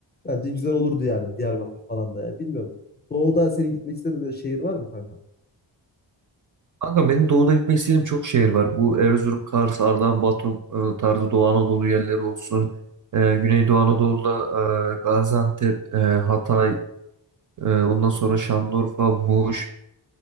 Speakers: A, on the left; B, on the right.
A: bence güzel olurdu yani Diyarbakır falan da. Yani bilmiyorum. Doğu'da senin gitmek istediğin bir şehir var mı kanka?
B: Kanka benim doğuda gitmek istediğim çok şehir var. Bu Erzurum, Kars, Ardahan, Batum e, tarzı Doğu Anadolu yerleri olsun. E, Güneydoğu Anadolu'da e, Gaziantep, e, Hatay, e, ondan sonra Şanlıurfa, Muş.